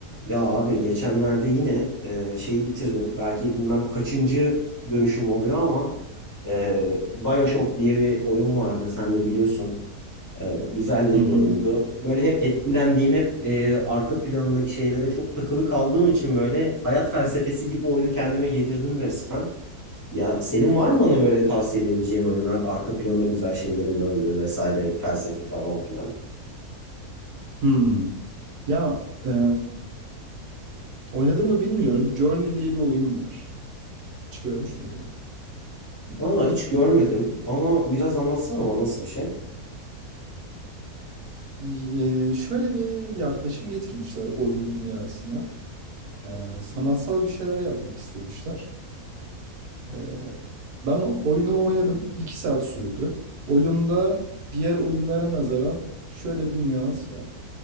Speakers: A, on the left; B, on the right.
A: Ya abi geçenlerde yine e, şeyi bitirdim. Belki bilmem kaçıncı dönüşüm oluyor ama e, BioShock diye bir oyun vardı. Sen de biliyorsun. E, güzel de
B: Hı hı.
A: bir oyundu. Böyle hep etkilendiğim, hep e, arka planındaki şeylere çok takılı kaldığım için böyle hayat felsefesi gibi oyunu kendime yedirdim resmen. Ya senin var mı bana böyle tavsiye edebileceğin oyunlar, arka planda güzel şeylerin döndüğü vesaire, felsefe falan filan?
B: Hımm. Ya, eee, oynadım mı bilmiyorum. Journey diye bir oyun var. Hiç görmüş müydün?
A: Vallahi hiç görmedim ama biraz anlatsana bana nasıl bir şey?
B: İii, şöyle bir yaklaşım getirmişler oyun dünyasına. Eee, sanatsal bir şeyler yapmak istemişler. Eee, ben o oyunu oynadım. 2 saat sürdü. Oyunda diğer oyunlara nazaran şöyle bir nüans var.